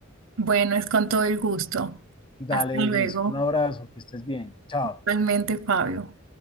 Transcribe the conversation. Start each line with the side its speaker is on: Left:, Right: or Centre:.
Right: Bueno, es con todo el gusto.
Left: Dale,
Right: Hasta luego.
Left: Glis. Un abrazo, que estés bien. Chao.
Right: Realmente, Fabio.